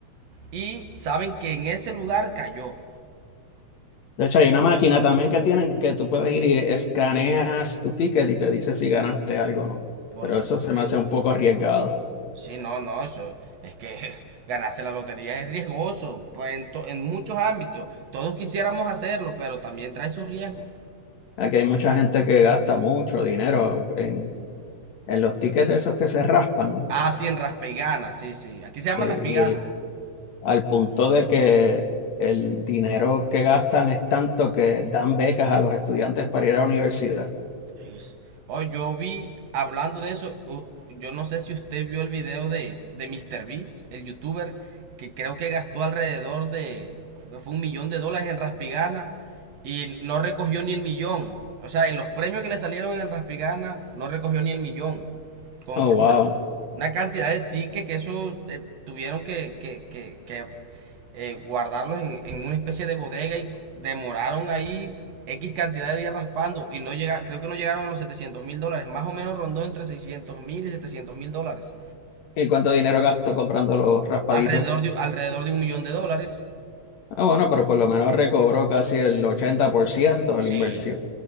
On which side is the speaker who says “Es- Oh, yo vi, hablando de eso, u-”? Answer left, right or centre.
Right